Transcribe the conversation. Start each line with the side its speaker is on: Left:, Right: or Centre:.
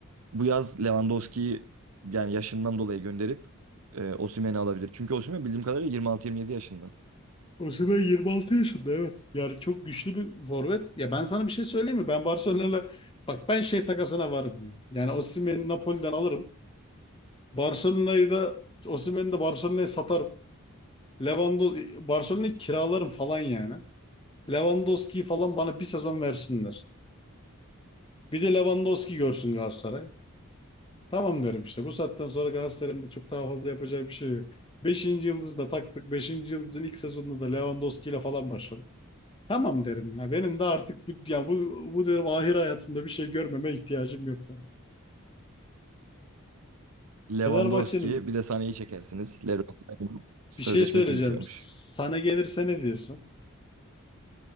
Right: bu yaz Lewandowski'yi yani yaşından dolayı gönderip e, Osimhen'i alabilir. Çünkü Osimhen bildiğim kadarıyla 26-27 yaşında.
Left: Osimhen 26 yaşında evet. Yani çok güçlü bir forvet. Ya ben sana bir şey söyleyeyim mi? Ben Barcelona'yla bak ben şey takasına varım. Yani Osimhen'i Napoli'den alırım. Barcelona'yı da Osimhen'i de Barcelona'ya satarım. Lewando Barcelona'yı kiralarım falan yani. Lewandowski'yi falan bana bir sezon versinler. Bir de Lewandowski görsün Galatasaray. Tamam derim işte. Bu saatten sonra Galatasaray'ın da çok daha fazla yapacağı bir şey yok. Beşinci yıldızı da taktık. Beşinci yıldızın ilk sezonunda da Lewandowski ile falan başladım. Tamam derim ya. Benim de artık bu, ya bu, bu derim ahir hayatımda bir şey görmeme ihtiyacım yok derim.
Right: Lewandowski
Left: Fenerbahçe'nin
Right: bir de Sané'yi çekersiniz. Leroy'un sözleşmesi
Left: bir şey söyleyeceğim.
Right: bitiyormuş.
Left: Sana gelirse ne diyorsun?